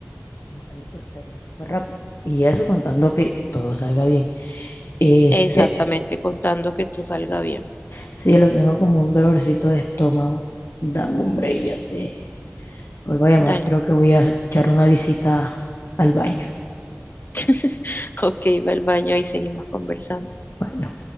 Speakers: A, on the left; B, on the left.
A: Bueno, entonces sería súper rápido. Y eso contando que todo salga bien. Eh,
B: exactamente
A: sí,
B: contando que tú salga bien.
A: sí, lo tengo como un dolorcito de estómago. Dame un break, ya te... Vuelvo a llamar,
B: Dale.
A: creo que voy a echar una visita al baño.
B: <laughs> Ok, va al baño y seguimos conversando.
A: Bueno.